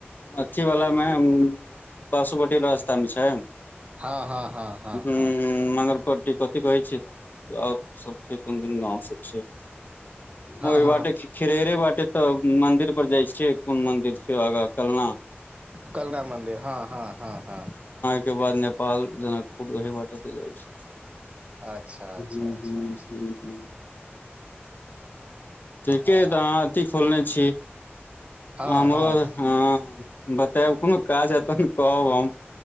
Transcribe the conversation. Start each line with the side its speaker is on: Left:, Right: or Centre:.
Left: अथी वला मे बासोपट्टी रास्ता मे छै
Right: हँ हँ हँ
Left: हूँ
Right: हँ हँ
Left: मंगरपट्टी कथी कहै छियै और सब छै कोन कोन गाँव सब छै
Right: हँ
Left: ओहि
Right: हँ
Left: बाटे खिरहैरे बाटे तऽ मंन्दिर पर जाइ छी छै कोन मंन्दिर छै आगाँ कलना
Right: कलना मन्दिर हँ हँ हँ हँ
Left: के बाद नेपाल जनकपुर ओहे बाटे तऽ जाइ छियै
Right: अच्छा अच्छा
Left: हूंम्म
Right: अच्छा
Left: हूंम्म
Right: अच्छा
Left: हूंम्म हूंम्म ठीके
Right: हँ
Left: अय तऽ अहाँ अथी खोलने छी आ
Right: हँ
Left: हमरो
Right: हँ
Left: हँ बतायब कोनो काज हैत तहन कहब हम